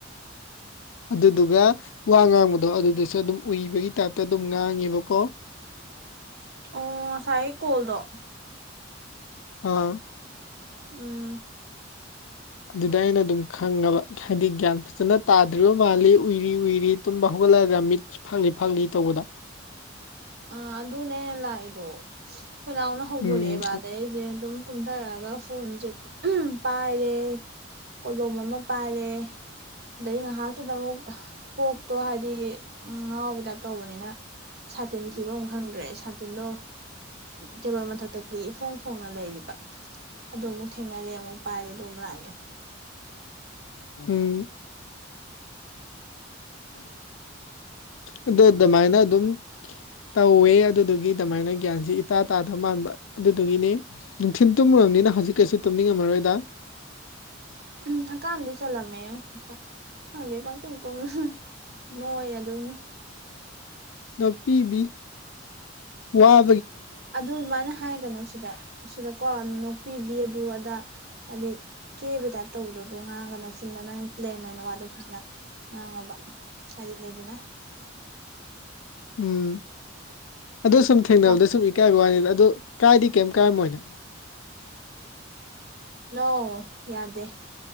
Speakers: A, on the left; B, on the right.
A: ꯑꯗꯨꯗꯨꯒ ꯋꯥ ꯉꯥꯡꯕꯗꯣ ꯑꯗꯨꯗꯨꯁꯨ ꯑꯗꯨꯝ ꯎꯏꯕꯒꯤ ꯇꯥꯏꯞ ꯉꯥꯡꯉꯦꯕꯀꯣ
B: ꯑꯣ ꯉꯁꯥꯏ ꯀꯣꯜꯗꯣ
A: ꯑ
B: ꯎꯝ <inaudible>
A: ꯑꯗꯨꯗ ꯑꯩꯅ ꯑꯗꯨꯝ ꯈꯪꯉꯕ ꯍꯥꯏꯗꯤ ꯒ꯭ꯌꯥꯟ ꯐꯖꯅ ꯇꯥꯗ꯭ꯔꯤꯕ ꯃꯥꯜꯂꯤ ꯎꯏꯔꯤ ꯎꯏꯔꯤ ꯇꯨꯝꯕ ꯍꯧꯒꯠꯂ ꯔꯃꯤꯠ ꯐꯥꯛꯂꯤ ꯐꯥꯛꯂꯤ ꯇꯧꯕꯗꯣ
B: ꯑ ꯑꯗꯨꯅꯦ ꯂꯥꯛꯏꯗꯣ ꯈꯣꯏꯅꯥꯎꯅ ꯍꯧꯗꯣꯔꯛꯑꯦꯕ
A: ꯎꯝ
B: ꯑꯗꯩ ꯑꯩꯁꯦ ꯑꯗꯨꯝ ꯀꯨꯝꯊꯔꯛꯑꯒ ꯐꯣꯟꯁꯦ ꯎꯝ ꯄꯥꯏꯔꯦ ꯀꯣꯂꯣꯝ ꯑꯃ ꯄꯥꯏꯔꯦ ꯑꯗꯩ ꯉꯥꯏꯍꯥꯛ ꯑꯗꯨꯨꯗ ꯑꯃꯨꯛ ꯀꯣꯛꯇꯣ ꯍꯥꯏꯗꯤ ꯎꯝ ꯉꯥꯎꯕꯩ ꯇꯥꯏꯞ ꯇꯧꯕꯅꯤꯅ ꯁꯥꯇꯤꯟ ꯊꯤꯕ ꯑꯃꯨꯛ ꯈꯪꯗ꯭ꯔꯦ ꯁꯥꯇꯤꯟꯗꯣ ꯇꯦꯕꯜ ꯃꯊꯛꯇꯗꯤ ꯏꯐꯣꯡ ꯐꯣꯡꯅ ꯂꯩꯔꯤꯕ ꯑꯗꯨ ꯑꯃꯨꯛ ꯊꯦꯡꯅꯔꯦ ꯑꯃꯨꯛ ꯄꯥꯏꯔꯦ ꯑꯗꯨ ꯑꯃꯨꯛ ꯂꯥꯛꯏꯗꯣ
A: ꯎꯝ ꯑꯗꯨ ꯑꯗꯨꯃꯥꯏꯅ ꯑꯗꯨꯝ ꯇꯧꯋꯦ ꯑꯗꯨꯗꯣ ꯒꯤ ꯑꯗꯨꯃꯥꯏꯅ ꯒ꯭ꯌꯥꯟꯁꯤ ꯏꯇꯥ ꯇꯥꯗꯕ ꯃꯥꯟꯕ ꯑꯗꯨꯗꯨꯒꯤꯅꯤ ꯅꯨꯡꯊꯤꯜ ꯇꯨꯝꯃꯨꯔꯕꯅꯤꯅ ꯍꯧꯖꯤꯛ ꯀꯩꯁꯨ ꯇꯨꯝꯅꯤꯡꯉꯝ ꯃꯔꯣꯏꯗꯥ
B: ꯎꯝ ꯍꯥꯀꯥꯥꯝꯗꯤ ꯆꯜꯂꯝꯃꯦ ꯈꯪꯗꯦ ꯄꯪꯇꯨꯝ ꯇꯨꯝ ꯅꯣꯏꯔꯗꯣꯏꯅꯤ
A: ꯅꯄꯤꯤꯕꯤ ꯋꯥ
B: ꯑꯗꯨꯃꯥꯏꯅ ꯍꯥꯏꯒꯅꯨ ꯁꯤꯗ ꯁꯤꯗ ꯀꯣ ꯣꯛꯄꯤꯕꯤ ꯑꯗꯨ ꯑꯗꯥ ꯑ ꯀꯦꯕ ꯇꯥꯏꯞ ꯇꯧꯕꯗꯣꯗꯣ ꯉꯥꯡꯉꯒꯅ ꯁꯨꯝꯅ ꯅꯪ ꯄ꯭ꯂꯦꯟ ꯑꯣꯏꯅ ꯋꯥꯗꯣ ꯐꯖꯅ ꯉꯥꯡꯉꯣꯕ ꯍꯥꯏꯗꯤ ꯏ ꯂꯩ ꯏꯗꯅꯥ
A: ꯎꯝ ꯑꯣ ꯁꯨꯝ ꯊꯦꯡꯅꯕꯗ
B: ꯀꯣ
A: ꯁꯨꯝ ꯏꯀꯥꯏꯕ ꯋꯥꯅꯤꯗ ꯑꯗ ꯀꯥꯏꯗꯤ ꯀꯩꯝ ꯀꯥꯏꯔꯝꯃꯣꯏꯅ
B: ꯑ ꯌꯥꯗꯦ